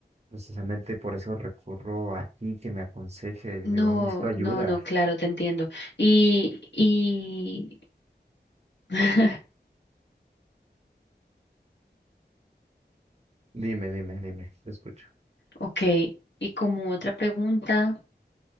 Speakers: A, on the right (about 35°); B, on the left (about 75°).
A: precisamente por eso recurro a ti que me aconsejes.
B: No,
A: Digo, necesito ayuda.
B: no, no, claro, te entiendo. Y, y, <laughs>
A: Dime, dime, dime, te escucho.
B: ok, y como otra pregunta,